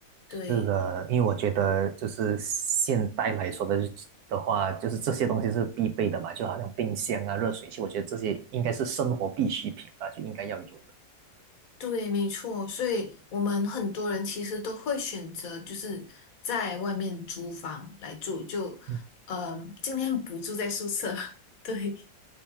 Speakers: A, on the left; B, on the right.
A: 对。
B: 是的，因为我觉得就是现代来说的的话，就是这些东西是必备的嘛，就好像冰箱啊、热水器，我觉得这些应该是生活必需品吧，就应该要有的。
A: 对，没错，所以我们很多人其实都会选择就是在外面租房来住，就嗯，
B: 嗯
A: 尽量不住在宿舍。<laughs> 对